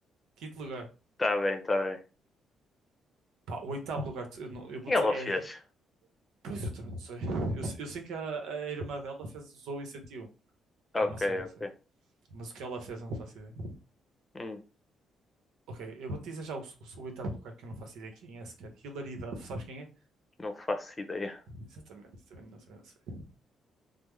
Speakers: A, on the right; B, on the left.
A: Quinto lugar.
B: Tá bem, tá bem.
A: Pá, o oitavo lugar, eu, não- eu vou
B: E
A: dizer,
B: ela
A: é
B: fez?
A: Pois eu também não sei. Eu, eu sei que a, a irmã dela fez, usou e sentiu.
B: Ok,
A: É o máximo que eu
B: ok.
A: sei. Mas o que ela fez eu não faço ideia.
B: Hum,
A: Ok, eu vou te dizer já o, o- o oitavo lugar que eu não faço ideia quem é sequer. Hilary Duff, sabes quem é?
B: não faço ideia.
A: Exatamente, também não, também não sei.